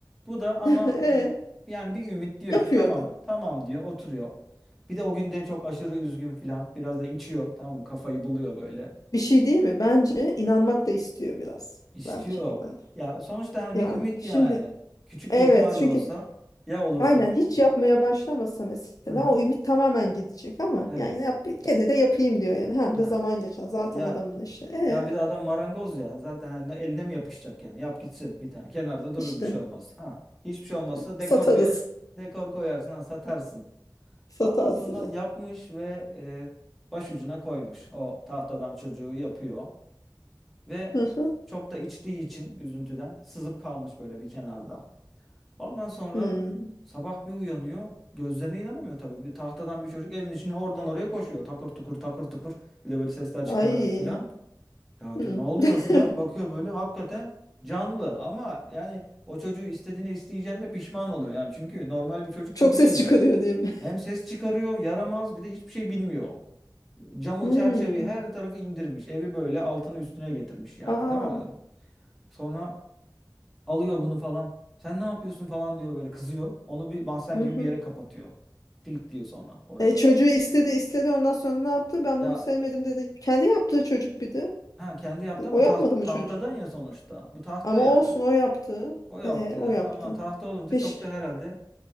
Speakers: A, in the centre; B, on the left.
A: Bu da ama
B: <laughs> E.
A: yani bir ümit diyor
B: Yapıyordu.
A: ki tamam tamam diyor oturuyor. Bir de o gün de çok aşırı üzgün filan biraz da içiyor tamam mı kafayı buluyor böyle.
B: Bir şey değil mi? Bence inanmak da istiyor biraz.
A: İstiyor.
B: Belki. Hani.
A: Ya sonuçta hani
B: Yani
A: bir ümit
B: şimdi
A: yani. Küçük
B: evet
A: bir ihtimal
B: çünkü
A: de olsa ya olursa.
B: aynen hiç yapmaya başlamasa mesela
A: Hı hı.
B: o ümit tamamen gidecek ama
A: Evet.
B: yani yap, gene de yapayım diyor yani hem
A: Ha.
B: de zaman geçer zaten
A: Ya
B: adamın işi. E
A: ya bir de adam marangoz ya. Zaten hani eline mi yapışacak yani? Yap gitsin bir tane. Kenarda durur
B: işte
A: bir şey olmaz. Ha. Hiçbir şey olmazsa
B: satarız
A: dekor diye dekor koyarsın ha, satarsın.
B: satarsın.
A: Ondan sonra yapmış ve e, başucuna koymuş. O tahtadan çocuğu yapıyor ve
B: Hı hı.
A: çok da içtiği için üzüntüden sızıp kalmış böyle bir kenarda. Ondan sonra
B: Hmm.
A: sabah bir uyanıyor. Gözlerine inanamıyor tabii. Bir tahtadan bir çocuk evin içine oradan oraya koşuyor. Takır tukur takır tukur. Bir de böyle sesler çıkararak
B: Ay.
A: filan. Ya
B: Hmm.
A: diyor ne oluyor
B: <laughs>
A: filan bakıyor böyle hakikaten canlı ama yani o çocuğu istediğini isteyeceğinde pişman oluyor yani çünkü normal bir çocuk
B: Çok
A: gibi
B: ses
A: değil yani.
B: çıkarıyor değil mi?
A: Hem ses çıkarıyor yaramaz bir de hiçbir şey bilmiyor. Camı
B: Hmm.
A: çerçeveyi her tarafı indirmiş evi böyle altını üstüne getirmiş yani
B: Aa.
A: tamam mı? Sonra alıyor bunu falan sen ne yapıyorsun falan diyor böyle kızıyor onu bir mahzen
B: Hı
A: gibi
B: hı.
A: bir yere kapatıyor. Kilitliyor sonra orayı.
B: E, çocuğu istedi istedi ondan sonra ne yaptı? Ben
A: Ya
B: bunu sevmedim dedi. Kendi yaptığı çocuk bir de.
A: ha, kendi yaptı
B: Bu-
A: ama
B: O yapmadı
A: taht
B: mı
A: tahtadan
B: çocuğu?
A: ya sonuçta bu tahta
B: Ama
A: yani.
B: olsun o yaptı.
A: O yaptı
B: Ee, o yaptı.
A: ama tahta olunca
B: Bir,
A: çok
B: ş-
A: da herhalde